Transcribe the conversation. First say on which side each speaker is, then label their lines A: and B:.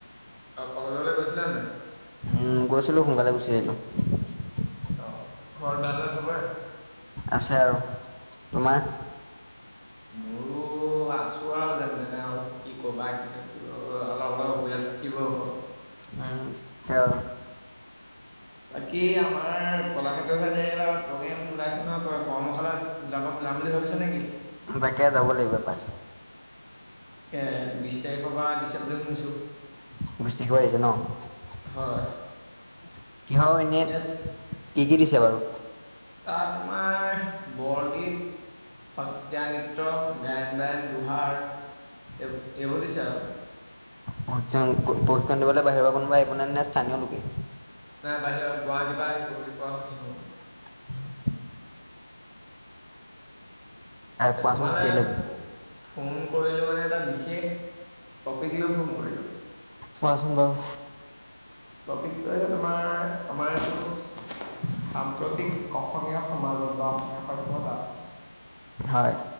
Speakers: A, on the left (about 15°); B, on the left (about 65°).
A: অ', কলেজলৈ গৈছিলা নে নাই?
B: উম গৈছিলোঁ, সোনকালে গুচি আহিলো। <unintelligible>
A: অ', ঘৰত ভাল নে চবৰে।
B: আছে আৰু, তোমাৰ?
A: মোৰো অ', আছো আৰু যেনে তেনে আৰু, কি ক'বা কিন্ত অলপ, অলপ অসুবিধা থাকিব ঘৰত।
B: নাই, উম।
A: বাকী আমাৰ কলাক্ষেত্ৰৰ ছাইডে এইবাৰ প্ৰগ্ৰেম ওলাই নহয় ক কৰ্মশালাত যাব, যাম বুলি ভাবিছো নেকি?
B: বাকে যাব লাগিব এ পাই।
A: তাকে বিশ তাৰিখৰ, পৰা দিছে বুলি শুনিছোঁ।
B: <unintelligible> কৰি আছে ন, এতিয়া
A: হয়।
B: আৰু এনে
A: ইয়াত
B: কি কি দিছে বাৰু?
A: তাত তোমাৰ, বৰগীত সত্ৰীয়া নৃত্য, গায়ন বায়ন, দোহাৰ, এই-এইবোৰ দিছে আৰু।
B: প্ৰশিক্ষণ, প্ৰশিক্ষণ দিবলৈ বাহিৰৰ পৰা কোনোবা আহিব নে, নে স্থানীয় লোকে
A: নাই বাহিৰত, গুৱাহাটীৰ পৰা আহিব বুলি কোৱা শুনিছো মই।
B: <unintelligible>
A: এ
B: কোৱাচোন
A: তোমালে
B: কেলে
A: ফো-ফোন কৰিলো মানে এটা বিশেষ টপিক লৈ ফোন কৰিলোঁ।
B: কোৱাচোন বাও।
A: টপিকটো হে, তোমাৰ আমাৰ সাম্প্ৰতিক অসমীয়া সমাজত বা অসমীয়া সভ্যতাত
B: হয়।